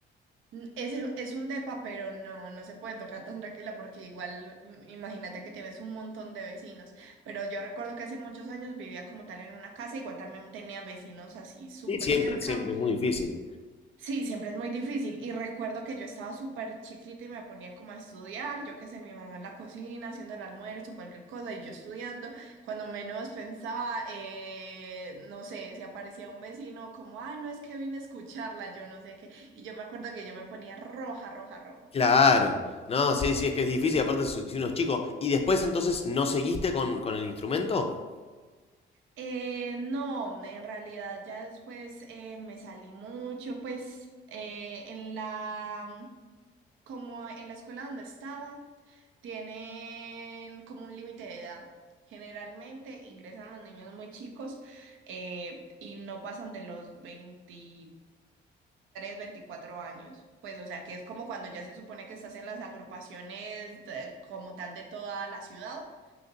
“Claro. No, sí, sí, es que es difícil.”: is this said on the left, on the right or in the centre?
Left